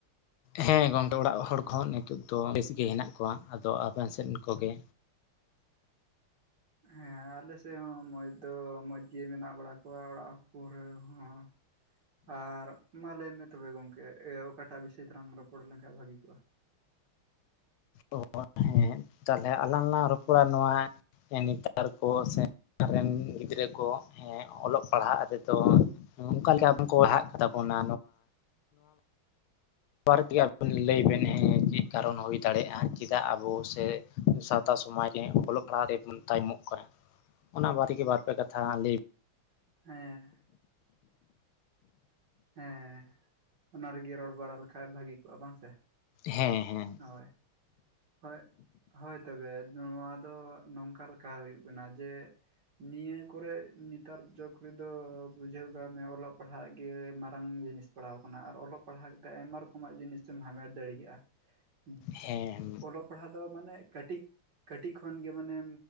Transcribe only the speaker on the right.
ᱦᱮᱸ ᱟᱞᱮ ᱥᱮᱫ ᱦᱚᱸ ᱢᱚᱡᱽ ᱫᱚ ᱢᱚᱡᱽ ᱜᱮ ᱢᱮᱱᱟᱜ ᱵᱟᱲᱟ ᱠᱚᱣᱟ ᱚᱲᱟᱜ ᱠᱚᱨᱮ ᱦᱚᱸ ᱟᱨ ᱢᱟ ᱞᱟᱹᱭ ᱢᱮ ᱛᱚᱵᱮ ᱜᱚᱝᱠᱮ ᱚᱠᱟᱴᱟᱜ ᱵᱤᱥᱚᱭ ᱛᱮᱞᱟᱟᱝ ᱨᱚᱯᱚᱲ ᱞᱮᱱᱠᱷᱟᱱ ᱵᱷᱟᱜᱮ ᱠᱚᱜᱼᱟ
ᱦᱮᱸ ᱦᱮᱸ ᱚᱱᱟ ᱨᱮᱜᱮ ᱨᱚᱲ ᱵᱟᱲᱟ ᱞᱮᱠᱷᱟᱡ ᱵᱷᱟᱹᱜᱤ ᱠᱚᱜᱼᱟ ᱵᱟᱝ ᱥᱮ
ᱦᱳᱭ ᱦᱳᱭ ᱦᱳᱭ ᱛᱚᱵᱮ ᱱᱚᱣᱟ ᱫᱚ ᱱᱚᱝᱠᱟ ᱞᱮᱠᱟ ᱦᱩᱭᱩᱜ ᱠᱟᱱᱟ ᱡᱮ ᱱᱤᱭᱟᱹ ᱠᱚᱨᱮᱜ ᱱᱮᱛᱟᱨ ᱡᱩᱜᱽ ᱨᱮᱫᱚ ᱵᱩᱡᱷᱟᱹᱣ ᱠᱟᱜ ᱢᱮ ᱚᱞᱚᱜ ᱯᱟᱲᱦᱟᱜ ᱜᱮ ᱢᱟᱨᱟᱝ ᱡᱤᱱᱤᱥ ᱯᱟᱲᱟᱣ ᱟᱠᱟᱱᱟ ᱟᱨ ᱚᱞᱚᱜ ᱯᱟᱲᱦᱟᱣ ᱠᱟᱛᱮᱜ ᱟᱭᱢᱟ ᱨᱚᱠᱚᱢᱟᱜ ᱡᱤᱱᱤ ᱥᱮᱢ ᱦᱟᱢᱮᱴ ᱫᱟᱲᱮᱭᱟᱜᱼᱟ ᱦᱩ
ᱚᱞᱚᱜ ᱯᱟᱲᱦᱟᱜ ᱫᱚ ᱢᱟᱱᱮ ᱠᱟᱹᱴᱤᱡ ᱠᱟᱹᱴᱤᱡ ᱠᱷᱚᱱ ᱜᱮ ᱢᱟᱱᱮ